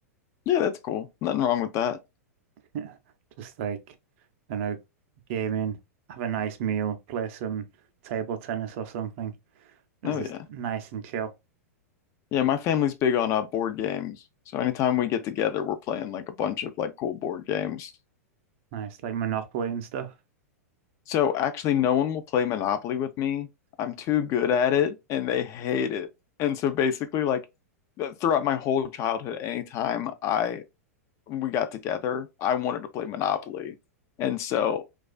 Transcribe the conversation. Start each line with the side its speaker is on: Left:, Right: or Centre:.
Left: Yeah, that's cool. Nothing wrong with that.
Right: Yeah, Just like, you know, gaming, have a nice meal, play some table tennis or something. It
Left: Oh
Right: was just
Left: yeah.
Right: nice and chill.
Left: Yeah, my family's big on uh, board games. So anytime we get together, we're playing like a bunch of like cool board games.
Right: Nice, like Monopoly and stuff.
Left: So actually no one will play Monopoly with me. I'm too good at it and they hate it. And so basically like th- throughout my whole childhood, anytime I we got together, I wanted to play Monopoly. And so